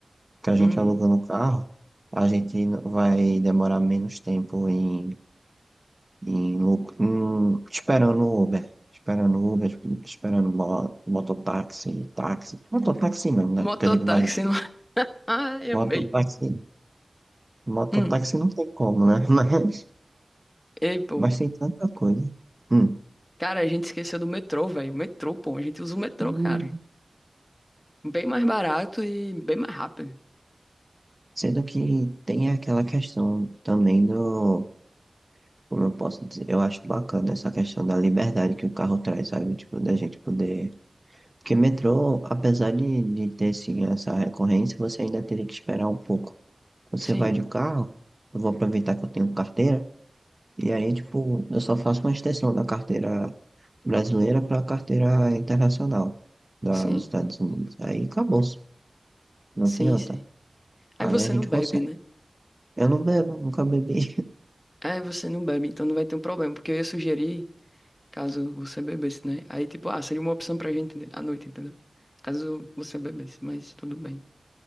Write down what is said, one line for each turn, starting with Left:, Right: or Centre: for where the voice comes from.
Right: Porque a gente
Left: Uhum.
Right: alugando o carro, a gente não- vai demorar menos tempo em, em, lu- em- esperando o Uber. Esperando o Uber, esperando mo- mototáxi, táxi. Mototáxi não, né?
Left: Mototáxi
Right: Porque a gente vai.
Left: lá. <laughs> Ai, amei.
Right: Mototáxi, mototáxi
Left: Hum.
Right: não tem como, né? <laughs>
Left: Ei, pô.
Right: Mas tem tanta coisa. Hum.
Left: Cara, a gente esqueceu do metrô, velho. O metrô, pô. A gente usa o metrô,
Right: Tem-
Left: cara. Bem mais barato e bem mais rápido.
Right: Sendo que tem aquela questão também do. Como eu posso dizer? Eu acho bacana essa questão da liberdade que o carro traz, sabe? Tipo, da gente poder. Porque metrô, apesar de, de ter sim essa recorrência, você ainda teria que esperar um pouco. Você
Left: Sim,
Right: vai de carro, eu vou aproveitar que eu tenho carteira, e aí, tipo, eu só faço uma extensão da carteira brasileira para a carteira internacional da,
Left: sim,
Right: dos Estados Unidos. Aí acabou, não
Left: sim,
Right: tem outra.
Left: sim. Aí
Right: Aí
Left: você
Right: a gente
Left: não bebe,
Right: consegue.
Left: né?
Right: Eu não bebo, nunca bebi. <laughs>
Left: É, você não bebe, então não vai ter um problema, porque eu ia sugerir, caso você bebesse, né? Aí, tipo, ah, seria uma opção pra gente né, à noite, entendeu? Caso você bebesse, mas tudo bem.